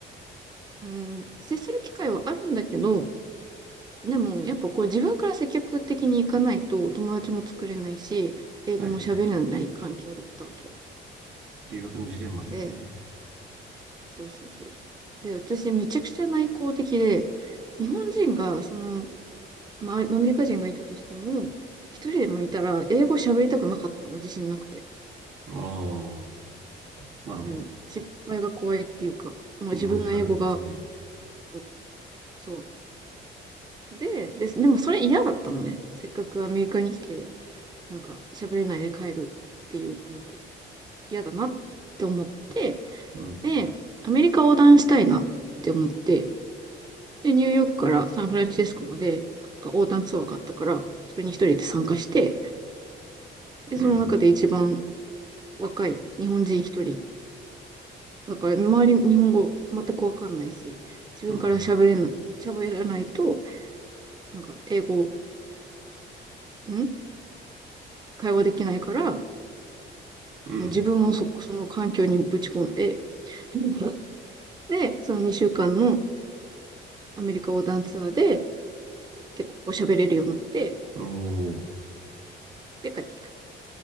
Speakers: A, on the right (about 20°); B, on the right (about 80°).
A: うん、接する機会はあるんだけど、でもやっぱこう自分から積極的に行かないと友達も作れないし、英語も喋れない環境だったわけよ。
B: はいはい。留学のジレンマだよね。
A: で、そうそうそう。で、私めちゃくちゃ内向的で、日本人がその、まあ、アメリカ人がいたとしても、一人でもいたら、英語喋りたくなかったの、自信なくて。
B: ああ、なるほど。
A: うん。失敗が怖いっていうか、まあ自分の英語が、
B: 日本人あるあるですね。
A: うんそう。で、で、でもそれ嫌だったのね。せっかくアメリカに来て、なんか喋れないで帰るっていうのも嫌だなって思って、
B: うん。
A: で、アメリカ横断したいなって思って、で、ニューヨークからサンフランシスコまで、なんか横断ツアーがあったから、それに一人で参加して、で、
B: うん
A: その中で一番若い日本人一人だから、周り日本語全くわかんないし、自分から喋れない、
B: うん。
A: 喋らないと、なんか、英語、ん会話できないから、も
B: うん。
A: う自分をそ、その環境にぶち込んで、<laughs> で、その2週間のアメリカ横断ツアーで結構喋れるようになって、
B: うん。おお、
A: で、帰ってきた。